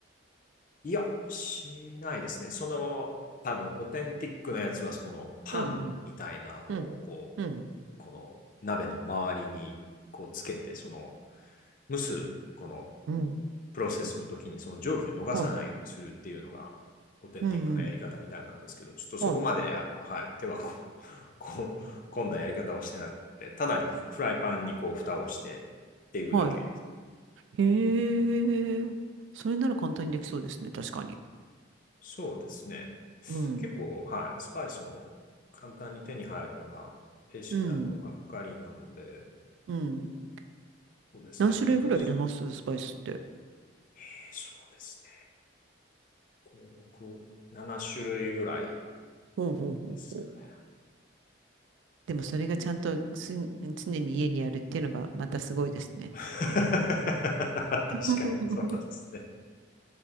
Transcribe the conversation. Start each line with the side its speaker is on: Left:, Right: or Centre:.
Left: いや、しないですね。その、多分、オーテンティックなやつは、このパンみたいなのを、
Right: うんうん。
Left: こう、
Right: うん。
Left: この鍋の周りに、こう、つけて、その、蒸す、この
Right: うん。
Left: プロセスの時にその蒸気を逃さないようにするっていうのがオーテンティックなやり方みたいなんですけど、
Right: はい。うん。
Left: ちょっとそこまであの、
Right: はい。
Left: はい、手はここ込んだやり方はしてなくて、ただにフライパンにこう蓋をしてっていうだけです。
Right: はい。へえ。それなら簡単にできそうですね。確かに。
Left: そうですね。
Right: うん。
Left: 結構、はい、スパイスも簡単に手に入るようなベーシックなものばっかりなので、
Right: うん。うん。
Left: そうですね、
Right: 何種類ぐらい入れますスパイスって。
Left: 難しい。えー、そうですね。5、6、7種類ぐらい
Right: ほうほうほうほう。
Left: ですかね。
Right: でもそれがちゃんとす常に家にあるっていうのがまたすごいですね。
Left: <laughs> 確かにそうですね。
Right: <laughs>